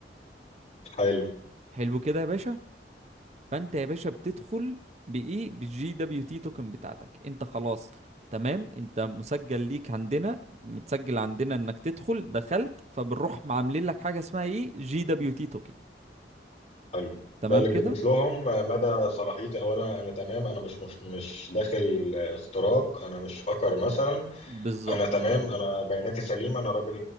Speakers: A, on the left; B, on the right.
A: حلو
B: حلو كده يا باشا فانت يا باشا بتدخل بايه بالجي دبليو تي توكن بتاعتك انت خلاص تمام انت مسجل ليك عندنا متسجل عندنا انك تدخل دخلت فبنروح عاملين لك حاجه اسمها ايه جي دبليو تي توكن
A: حلو
B: تمام
A: ده اللي
B: كده
A: بيثبت لهم مدى صلاحيتي اولا انا تمام انا مش مش, مش داخل اختراق انا مش هاكر مثلا
B: بالظبط
A: انا تمام انا بياناتي سليمة انا راجل